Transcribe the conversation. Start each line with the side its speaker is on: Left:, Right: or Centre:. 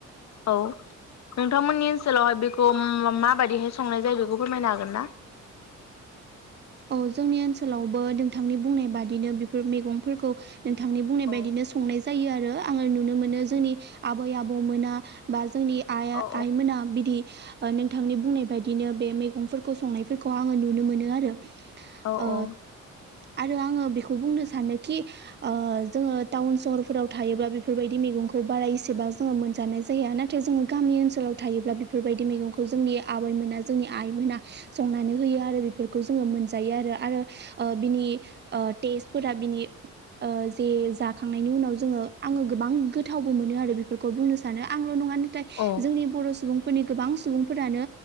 Left: औ। नोंथांमोननि ओनसोलावहाय बेखौ माबायदिहाय संनाय जायो बेखौ फोरमायनो हागोन ना? <inaudible>
Right: औ जोंनि ओनसोलावबो नोंथांनि बुंनाय बादिनो बिफोर मैगंफोरखौ नोंथांनि बुंनाय
Left: औ
Right: बायदिनो संनाय जायो आरो आङो नुनो मोनो जोंनि आबै आबौमोना बा जोंनि आइआ
Left: औ
Right: आइमोना बिदि ओ नोंथांनि बुंनाय बायदिनो बे मैगंफोरखौ संनायफोरखौ आङो नुनो मोनो आरो। ओ
Left: औ औ
Right: आरो आङो बेखौ बुंनो सानोखि ओ जोङो टाउन सहरफोराव थायोबा बेफोरबायदि मैगं खौ बारा एसेबां जोङो मोनजानाय जाया नाथाय जोङो गामि ओनसोलाव थायोब्ला बेफोरबायदि मैगंखौ जोंनि आब <unintelligible> मोना जोंनि आइ मोना संनानै होयो आरो बेफोरखौ जोङो मोनजायो आरो आरो ओ बिनि ओ टेस्टफोरा बिनि ओ जे जाखांनायनि उनाव जोङो आङो गोबां गोथावबो मोनो आरो बेफोरखौ बुंनो सानो आंल' नङा थाय
Left: औ
Right: जोंनि बर' सुबुंफोरनि गोबां सुबुंफोरानो